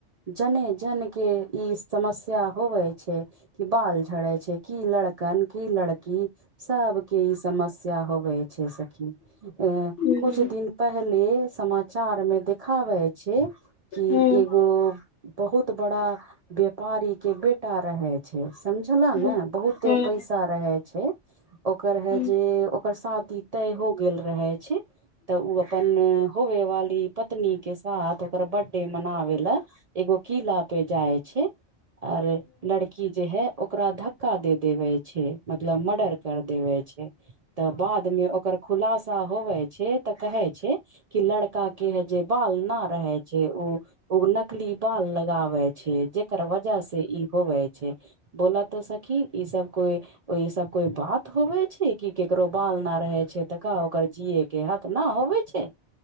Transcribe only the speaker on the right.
जने जन के ई समस्या होबै छै कि बाल झड़े छै की लड़कन की लड़की सबके ई समस्या हो होए छै सखी ए
कुछ दिन पहिले समाचार मे देखाबै छै कि
एगो बहुत बड़ा व्यापारी के बेटा रहै छे समझलऽ
ने बहुते
पै रहे छै ओकर हे
जे ओकर शादी तय हो गेल रहै छै तऽ उ अपन होबे वाली पत्नी के साथ ओकर बर्थडे मनाबे लअ एगो कीला पे जाय छै आर लड़की जे है ओकरा धक का दे देवे छै मतलब मर्डर कर देवे छै तऽ बाद मे ओकर खुलासा होबे छै तऽ कहै छै कि लड़का के हे जे बाल ना रहे छै उ उ <unintelligible> ना बाल लगाबे छै जेकर वजह से ई होवे छै बोलऽ तऽ सखी ई सब कोइ ओ ई सब कोई बात होबे छि कि केकरो बाल न रहे छै तऽ का ओकर जिए के हक न होबे छै